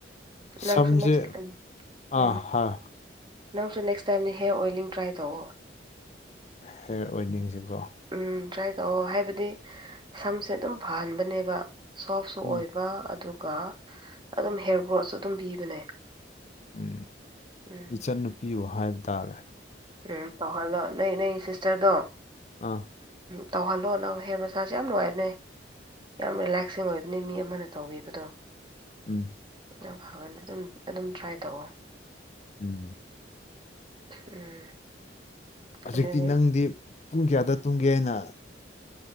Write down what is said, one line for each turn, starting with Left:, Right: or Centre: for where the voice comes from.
Right: ꯅꯪꯁꯨ
Left: ꯁꯝꯁꯦ
Right: ꯅꯦꯛꯁ
Left: ꯑꯥ
Right: ꯎꯝ
Left: ꯍꯥꯥ
Right: ꯅꯪꯁꯨ ꯅꯦꯛꯁ ꯇꯥꯏꯝꯗ ꯍꯤꯌꯔ ꯑꯣꯏꯂꯤꯡ ꯇ꯭ꯔꯥꯏ ꯇꯧꯑꯣ
Left: ꯍꯤꯌꯔ ꯑꯣꯏꯂꯤꯡꯁꯤꯀꯣ
Right: ꯎꯝ ꯇ꯭ꯔꯥꯏ ꯇꯧꯑꯣ ꯍꯥꯏꯕꯗꯤ ꯁꯝꯁꯦ ꯑꯗꯨꯝ ꯐꯍꯟꯕꯅꯦꯕ ꯁꯣꯐꯁꯨ
Left: ꯎꯝ
Right: ꯑꯣꯏꯕ ꯑꯗꯨꯒ ꯑꯗꯨꯝ ꯍꯤꯌꯔ ꯒ꯭ꯔꯣꯠꯁꯨ ꯑꯗꯨꯝ ꯄꯤꯕꯅꯦ
Left: ꯎꯝ
Right: ꯎꯝ
Left: ꯏꯆꯟꯅꯨꯄꯤꯕꯨ ꯍꯥꯏꯕ ꯇꯥꯔꯦ
Right: ꯎꯝ ꯇꯩꯍꯜꯂꯣ ꯅꯣꯏ ꯅꯣꯏ ꯁꯤꯁꯇꯔꯗꯣ
Left: ꯑꯥ
Right: ꯇꯧꯍꯜꯂꯣ ꯅꯪ ꯍꯤꯌꯔ ꯃꯁꯥꯁꯁꯦ ꯌꯥꯝ ꯅꯨꯡꯉꯥꯏꯕꯅꯤ ꯌꯥꯝ ꯔꯤꯂꯦꯛꯁꯤꯡ ꯑꯣꯏꯕꯅꯤ ꯃꯤ ꯑꯃꯅ ꯇꯧꯕꯤꯕꯗꯣ
Left: ꯎꯝ
Right: ꯌꯥꯝ ꯐꯕꯅꯦ ꯑꯗꯨꯝ ꯑꯗꯨꯝ ꯇ꯭ꯔꯥꯏ ꯇꯧꯑꯣ
Left: ꯎꯝ
Right: ꯎꯝ
Left: ꯍꯧꯖꯤꯛꯇꯤ
Right: ꯑꯗꯨꯗꯤ
Left: ꯅꯪꯗꯤ ꯄꯨꯡ ꯀꯌꯥꯗ ꯇꯨꯝꯒꯦ ꯍꯥꯏꯅ